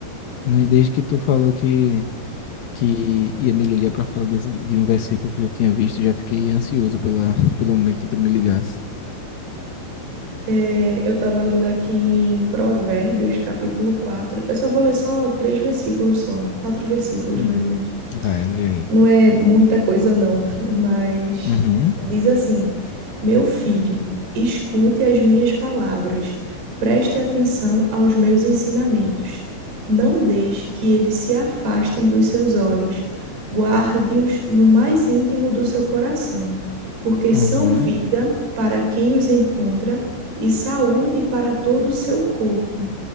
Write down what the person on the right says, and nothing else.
Eh, eu estava lendo aqui em Provérbios, capítulo 4. Eu só vou ler só três versículos só, quatro versículos
mais ou menos.
não é muita coisa, não, <laughs> mas
diz assim: Meu filho, escute as minhas palavras, preste atenção aos meus ensinamentos. Não deixe que eles se afastem dos seus olhos, guarde-os no mais íntimo do seu coração, porque são
vida para quem os encontra e saúde para todo o seu corpo.